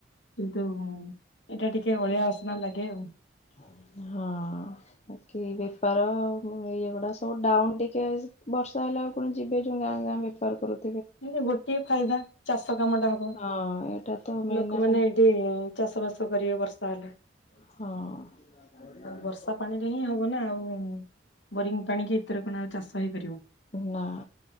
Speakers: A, on the left; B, on the left.
A: କିନ୍ତୁ ଏଇଟା ଟିକେ ଅଳିଆ ଆସନା ଲାଗେ ଆଉ।
B: ହଁ, ଅ। ବାକି ବେପାର ଇଏ ଗୁଡା ସବୁ ଡାଉନ ଟିକେ ବର୍ଷା ହେଲା ଆଉ ଆପଣ ଯିବେ ଯୋ ଗାଁ ଗାଁ ବୋର କରୁ
A: କିନ୍ତୁ ଗୋଟିଏ ଫାଇଦା ଚାଷ କାମ ଟା ହବ
B: ହଁ ଏଇଟା ତ ମେନ୍
A: ଲୋକମାନେ
B: ଆମେ
A: ଚାଷ ବାସ କରିବେ ବର୍ଷା ହେଲା
B: ହଁ
A: ବର୍ଷା ପାଣିରେ ହିଁ ହବ ନା ଆଉ ବୋରିଂ ପାଣି କି ଏତର କଣ ଚାଷ ହେଇପାରିବ
B: ନା